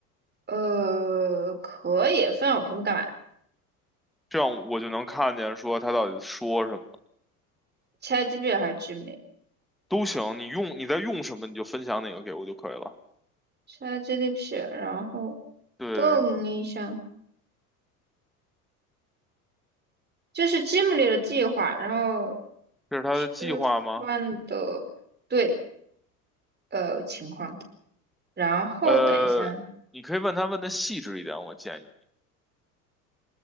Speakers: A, on the right (about 20°); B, in the centre.
A: 呃，可以分享我屏幕干嘛
B: 这样我就能看见说他到底说什么
A: ？ChatGPT 还是
B: 都行，你用你在用什么你就分享哪个给我就可以了。
A: Gimli？ChatGPT，然后
B: 对，
A: 等一下，这是 Gimli 的计划，然后
B: 这是他的计划吗？
A: 吃饭的对呃情况，然后等一下，
B: 呃，你可以问他问的细致一点，我建议。